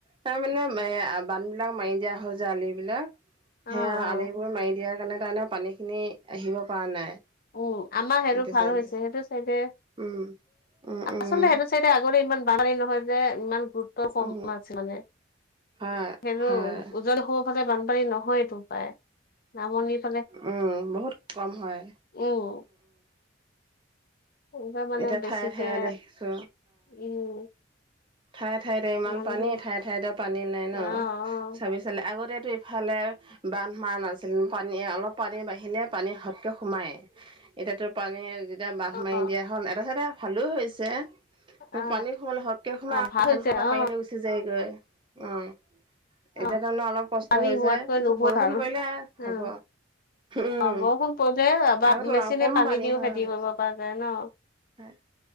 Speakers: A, on the right; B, on the left.
A: তাৰ মানে এ বান্ধ বিলাক মাৰি দিয়া হয় যে আলি বিলাক সেয়া
B: অ অ
A: আলিবোৰ মাৰি দিয়াৰ কাৰণে - কাৰণে পানীখিনি আহিব পৰা নাই।
B: উম, আমাৰ সেইটো
A: এইটো
B: ভাল
A: চাইডে
B: হৈছে, সেইটো চাইডে
A: উম, উম, উম,
B: আচলতে সেইটো চাইডে আগতে ইমান বানপানী নহয় যে ইমান গু- ৰুত্ব কম
A: উম,
B: আছে মানে,
A: হয়,
B: সেইটো
A: হয়,
B: ওজনি অসম সদায় বানপানী নহয় ইটো পায়ে, নামনিত
A: উম, বহুত কম হয়।
B: উম। এইবাৰ মানে
A: এতিয়া
B: বেছিকে,
A: ঠায়ে ঠায়ে দেখিছো
B: উম।
A: ঠাই ঠাইতে ইমান
B: মানুহে
A: পানী ঠাই ঠাইতে পানী নাই
B: অ
A: ন?
B: অ
A: ভাবি চালে আগতেটো এই ইফালে বান্ধ মৰা নাছিল, পানী অলপ পানী বাঢ়িলে পানী সাওতকে সোমায়ে। এতিয়া তোৰ পানী যেতিয়া বান্ধ মাৰি
B: অ
A: দিয়া হ'ল, এটা চাইডে ভালো হৈছে।
B: অ
A: পানী সোমালে সাওতকে সোমাই
B: অ ভাল
A: ধান
B: হৈছে
A: সোপা
B: অ
A: মাৰি লৈ গুচি যায়গৈ, উম।
B: অ
A: এতিয়া তাৰমানে অলপ কষ্ট
B: পানী
A: হৈছে,
B: হোৱাতকৈ নোহোৱা
A: বৰষুণ
B: ভাল
A: পৰিলে
B: উম
A: হব। উম
B: অ বৰষুণ পৰিলে বা
A: আগতে
B: মেচিনে
A: কম
B: পানী দিও
A: হয়
B: খেতি কৰিব পৰা যায় ন।
A: হয়।